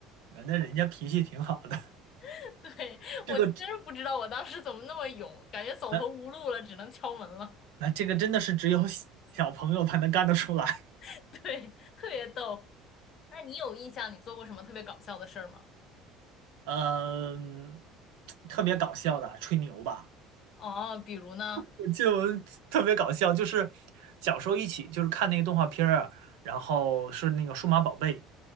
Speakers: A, on the right; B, on the left.
A: <laughs> 那人家脾气挺好的，
B: <laughs> 对，
A: 这个只
B: 我真是不知道我当时怎么那么勇，感觉走投无路了，
A: 那
B: 只能敲门了。
A: 那这个真的是只有小小朋友才能干得出来。
B: <laughs> 对，特别逗。那你有印象你做过什么特别搞笑的事儿吗？
A: 呃嗯，特别搞笑的吹牛吧。
B: 哦，比如呢？
A: 我记得我特别搞笑，就是小时候一起就是看那个动画片儿啊，然后是那个数码宝贝，